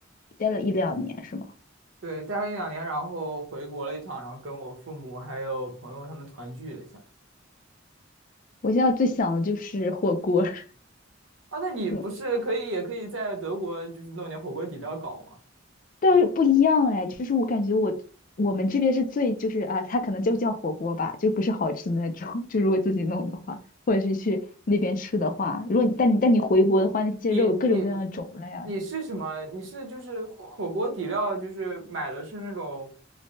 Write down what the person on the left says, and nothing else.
待了一两年是吗？
我现在最想的就是火锅，<laughs>
对但是不一样哎，就是我感觉我我们这边是最就是啊，它可能就叫火锅吧，就不是好吃的那种，<laughs> 就如果自己弄的话，或者是去那边吃的话，如果你但你但你回国的话，那些肉有各种各样的种类啊。